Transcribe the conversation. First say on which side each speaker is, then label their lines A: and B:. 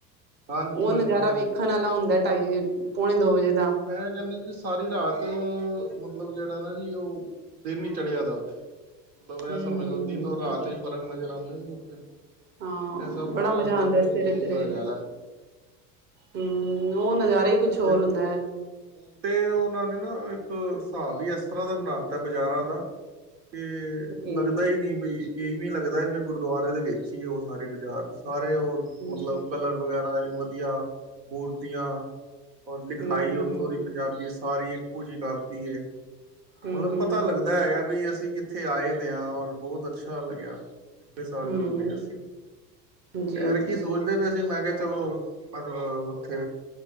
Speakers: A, on the right; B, on the right.
A: ਹਾਂਜੀ
B: ਉਹ
A: ਹਾਂਜੀ
B: ਨਜ਼ਾਰਾ
A: ਹਾਂਜੀ
B: ਵੇਖਣ
A: ਉਹ
B: ਵਾਲਾ ਹੁੰਦਾ
A: ਤੇ
B: ਢਾਈ ਵਜੇ ਪੌਣੇ ਦੋ ਵਜੇ ਦਾ।
A: ਮੈਂ ਕਹਿੰਦਾ ਜੀ ਸਾਰੀ ਰਾਤ ਮਤਲਬ ਜਿਹੜਾ ਨਾ ਜੀ ਉਹ। ਦਿਨ ਨੀ ਚੜਿਆਦਾ ਉੱਥੇ। ਮਤਲਬ ਇਹ
B: ਹਮ
A: ਸਮਝ
B: ਹਮ ਹਮ
A: ਲਓ ਦਿਨ
B: ਹਮ
A: ਔਰ ਰਾਤ
B: ਹਮ
A: ਚ ਫ਼ਰਕ ਨਜ਼ਰ ਆਉਂਦਾ ਏ ਉੱਥੇ।
B: ਹਾਂ
A: ਐਸਾ
B: ਬੜਾ
A: ਮਹਾਰਾਜ
B: ਮਜ਼ਾ
A: ਦਾ
B: ਆਉਂਦਾ
A: ਉੱਥੇ
B: ਸਵੇਰੇ
A: ਲੋਕੀ
B: ਸਵੇਰੇ
A: ਨਜ਼ਾਰਾ।
B: ਹਮ ਉਹ ਨਜ਼ਾਰਾ ਹੀ ਕੁਛ ਹੋਰ
A: ਤੇ
B: ਹੁੰਦਾ ਏ।
A: ਹੁਣ ਤੇ ਉਹਨਾਂ ਨੇ ਨਾ ਇੱਕ ਸਾਬ ਈ ਇਸ ਤਰ੍ਹਾਂ ਦਾ ਬਣਾ ਦਿੱਤਾ ਬਜ਼ਾਰਾਂ ਦਾ। ਤੇ।
B: ਜੀ
A: ਲੱਗਦਾ ਹੀ ਨੀ ਬਈ ਇਹ ਵੇ ਲੱਗਦਾ ਵੀ ਗੁਰਦੁਆਰੇ ਦੇ ਵਿੱਚ ਹੀ ਉਹ ਸਾਰੇ ਬਾਜ਼ਾਰ ਸਾਰੇ ਉਹ।
B: ਹਮ
A: ਮਤਲਬ ਕਲਰ ਵਗੈਰਾ ਵਧੀਆ ਮੂਰਤੀਆਂ ਔਰ ਲਿਖਾਈ।
B: ਹਮ ਹਮ
A: ਉੱਥੋਂ ਦੀ ਪੰਜਾਬੀ ਸਾਰੀ ਇੱਕੋ ਜਿਹੀ ਕਰਤੀ ਹੈ
B: ਹਮ
A: ਮਲਬ
B: ਹਮ
A: ਪਤਾ ਲੱਗਦਾ ਹੈਗਾ ਬਈ ਅਸੀਂ ਕਿੱਥੇ। ਇੱਥੇ ਆਏ ਦੇ ਆ ਔਰ ਬਹੁਤ ਅੱਛਾ ਲੱਗਿਆ। ਪਿਛਲੇ ਸਾਲ
B: ਹਮ
A: ਜਦੋਂ ਗਿਆ
B: ਹਮ
A: ਸੀ
B: ਜੀ
A: ਐਰ ਕੀ
B: ਜੀ
A: ਸੋਚਦੇ ਪਏ ਸੀ ਮੈਂ ਕਿਹਾ ਚਲੋ। ਮਤਲਬ ਉੱਥੇ